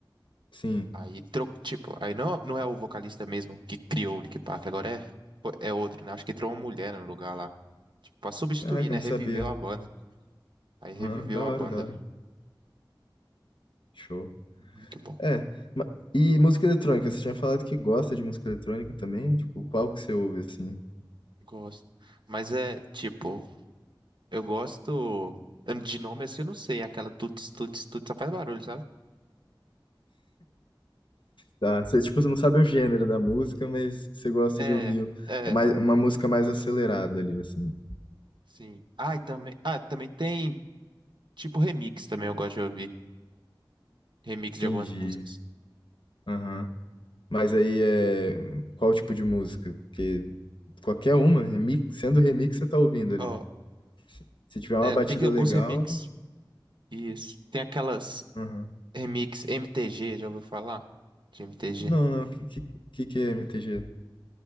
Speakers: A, on the left (about 70°); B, on the right (about 65°).
A: Sim.
B: Aí, tro, tipo, aí não, não é o vocalista mesmo que criou o Linkin Park, agora é, é outro, né? Acho que entrou uma mulher no lugar lá. Tipo, pra substituir,
A: Caraca,
B: né?
A: eu não
B: Reviveu
A: sabia.
B: a banda. Aí reviveu
A: Aham, Da
B: a
A: hora,
B: banda.
A: da hora. Show.
B: Muito bom.
A: É, ma- e música eletrônica, você tinha falado que gosta de música eletrônica também? Tipo, qual que você ouve, assim?
B: Gosto. Mas é, tipo, Eu gosto. De nome assim, eu não sei. Aquela tuts, tuts, tuts, só faz barulho, sabe?
A: Tá, você, tipo, você não sabe o gênero da música, mas você gosta
B: É,
A: de ouvir o-
B: é,
A: é mais, uma música mais acelerada ali, assim.
B: sim. Ah, e também, ah, também tem tipo remix também, eu gosto de ouvir. Remix
A: Entendi.
B: de algumas músicas.
A: Aham. Mas aí é qual tipo de música? Porque qualquer uma, remix, sendo remix, você tá ouvindo ali.
B: Ó,
A: Se tiver uma
B: é,
A: batida
B: tem alguns
A: legal.
B: remix. Isso. Tem aquelas
A: aham.
B: remix MTG, já ouviu falar? De MTG.
A: Não, não. Que, que, que que é MTG?